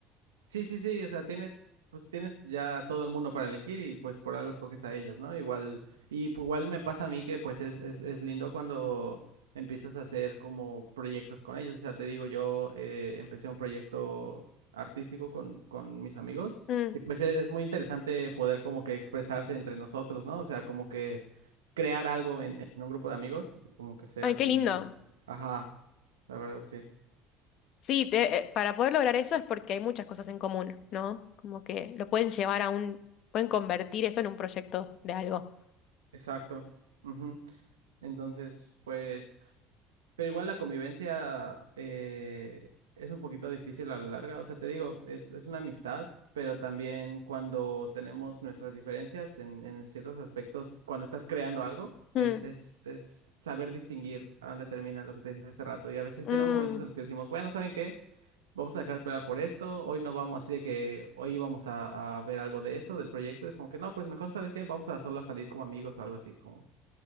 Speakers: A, on the right; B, on the left.
A: Sí, sí, sí, o sea, tienes, pues tienes ya todo el mundo para elegir y pues por algo escoges a ellos, ¿no? Igual, y pues, igual me pasa a mí que pues es, es, es lindo cuando empiezas a hacer como proyectos con ellos, o sea, te digo, yo eh, empecé un proyecto artístico con, con mis amigos
B: Mm.
A: y pues es, es muy interesante poder como que expresarse entre nosotros, ¿no? O sea, como que crear algo en, en un grupo de amigos y como que ser
B: Ay,
A: así,
B: qué lindo.
A: ajá, la verdad, sí,
B: Sí, te- eh, para poder lograr eso es porque hay muchas cosas en común, ¿no? Como que lo pueden llevar a un, pueden convertir eso en un proyecto de algo.
A: exacto. Ujú. Entonces, pues... Pero igual la convivencia eh, es un poquito difícil a la larga. O sea, te digo, es, es una amistad, pero también cuando tenemos nuestras diferencias en, en ciertos aspectos, cuando estás creando algo,
B: Mm,
A: es, es, es saber distinguir a dónde termina lo que te dije hace rato. Y a veces
B: mm,
A: tenemos momentos en los que decimos, bueno, ¿saben qué? Vamos a dejar de pelear por esto, hoy no vamos, así de que hoy vamos a, a ver algo de eso, del proyecto. Es como que no, pues mejor, ¿sabes qué? Vamos a solo a salir como amigos o algo así, como...